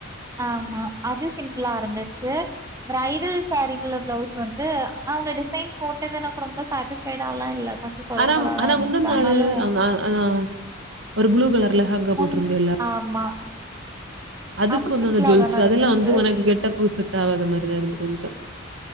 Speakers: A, on the right (about 15°); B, on the right (about 65°).
A: ஆமா அது சிம்பிளா இருந்துச்சு ப்ரைடல் சாரிக்குள்ள ப்ளவுஸ் வந்து அவ்ங்க டிசைன் போட்டது எனக்கு ரொம்ப சாட்டிஸ்ஃபைடாலா இல்ல கொஞ்சோ சொதப்பலா
B: ஆனாம்
A: தா
B: ஆனா
A: இருந்துச்சு
B: முந்துன் நாளு
A: ஆனாலு
B: அம் அ ஆ ஒரு ப்ளூ கலர் அப்ப லெஹங்கா
A: முன்
B: போட்டிருந்தல்ல
A: ஆமா
B: அதுக்கு
A: அது
B: வந்து
A: சிம்பிளா
B: அந்த ஜுல்சு
A: தான இருந்துச்சு
B: அதல்லா வந்து உனக்கு கெட்டப்பு செட்டாவாத மாதிரிதா இருந்து கொஞ்சோ